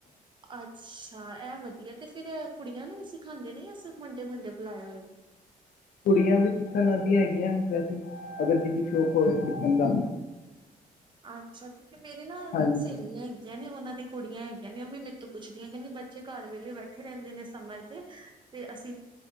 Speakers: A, on the right; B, on the left.
A: ਅੱਛਾ! ਇਹ ਵਧੀਆ ਤੇ ਫੇਰ ਕੁੜੀਆਂ ਨੂੰ ਵੀ ਸਿਖਾਂਦੇ ਨੇ, ਮੁੰਡੇ-ਮੁੰਡੇ ਬੁਲਾਏ ਹੋਏ ਨੇ।
B: ਕੁੜੀਆਂ ਵੀ ਸਿੱਖਣ ਆਉਂਦੀਆਂ ਹੈਗੀਆਂ। ਵੈਸੇ, ਅਗਰ ਜਿੰਨੀ ਸ਼ੌਕ ਹੋਵੇ ਸਿੱਖਣ ਦਾ।
A: ਅੱਛਾਜੀ। ਕਿਉਂਕਿ ਮੇਰੀ ਨਾ,
B: ਹਾਂਜੀ
A: ਸਹੇਲੀ ਹੈ। ਹੈਗੀਆਂ ਨੇ। ਉਹਨਾਂ ਦੀ ਕੁੜੀਆਂ ਹੈਗੀਆਂ ਨੇ, ਉਹ ਵੀ ਮੇਰੇ ਤੋਂ ਪੁੱਛਦੀਆਂ ਕਹਿੰਦੀ ਬੱਚੇ ਘਰ ਵੇਲੇ ਬੈਠੇ ਰਹਿੰਦੇ ਨੇ ਸਮੇਰ ਤੇ। ਤੇ ਅਸੀਂ